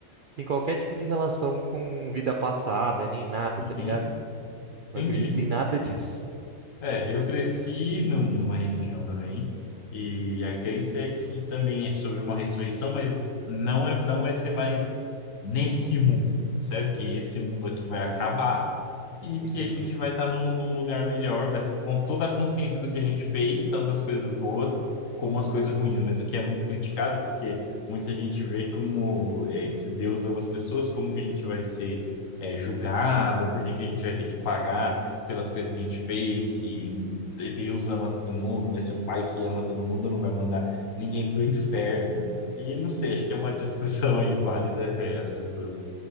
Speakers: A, on the right; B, on the left.
A: sem qualquer tipo de relação com vida passada, nem nada,
B: Uhum,
A: tá ligado? Não
B: entendi.
A: acredito em nada disso.
B: É, eu cresci num- numa religião também, e a crença é que também é sobre uma ressurreição, mas não é, não vai ser mais nesse mundo, certo? Que esse mundo aqui vai acabar e
A: Entendi.
B: que a gente vai estar num, num lugar melhor, mas com toda a consciência do que a gente fez, tanto as coisas boas como as coisas ruins, mas o que é muito criticado, porque muita gente vê como eh, se Deus ama as pessoas, como que a gente vai ser eh, julgado, por que que a gente vai ter que pagar pelas coisas que a gente fez, se Deus ama todo mundo, né? Se o pai que ama todo mundo não vai mandar ninguém pro inferno. E não sei, acho que é uma <laughs> discussão aí válida, eh, as pessoas